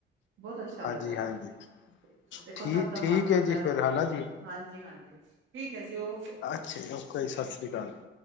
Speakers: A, on the right (about 75°); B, on the left (about 70°).
A: ਬਹੁਤ ਅੱਛਾ
B: ਹਾਂਜੀ
A: ਲੱਗਦਾ,
B: ਹਾਂਜੀ
A: ਤੇ ਦੇਖੋ
B: ਠੀਕ
A: ਸਭ ਦਾ
B: ਠੀਕ
A: ਮਨ ਕਰਦਾ,
B: ਹੈ ਜੀ ਫਿਰ ਹੈ ਨਾ ਜੀ
A: ਹਾਂਜੀ-ਹਾਂਜੀ। ਠੀਕ ਹੈ ਜੀ ਓਕੇ
B: ਅੱਛਾ ਜੀ, ਓਕੇ ਜੀ ਸਤਿ ਸ੍ਰੀ ਅਕਾਲ ਜੀ।